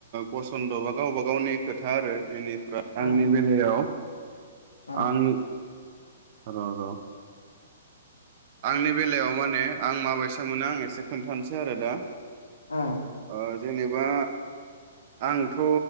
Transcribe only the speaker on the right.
पसन्द बा गावबा गावनि खोथा आरो एनि
आंनि बेलायाव
आं र' र' आंनि बेलायाव माने आं माबायसा मोनो आं एसे खोन्थानोसै आरो दा
ओ जेनेबा आंथ'